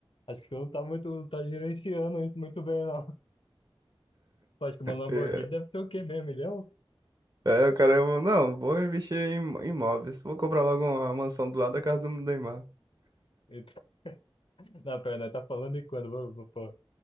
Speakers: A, on the left; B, on the right.
A: Acho que você não tá muito, não tá gerenciando isso muito bem, não. Pô, Acho que uma Lamborghini
B: É,
A: deve ser o quê mesmo? Milhão?
B: é, o cara, falou, não, vou investir em imóveis. Vou comprar logo uma mansão do lado da casa do Neymar.
A: Então, <laughs> na perna, tá falando de quando? Pô, pô,